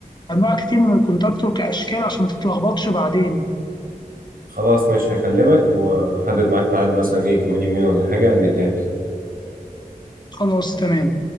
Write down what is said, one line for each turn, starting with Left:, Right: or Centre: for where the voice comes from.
Left: انواع كتير من الكونتاكتور كاشكال عشان ما تتلخبطش بعدين يعني.
Right: خلاص ماشي هكلمك وحدد معاك ميعاد مثلا ايه كمان يومين ولا حاجة نتقابل
Left: خلاص تمام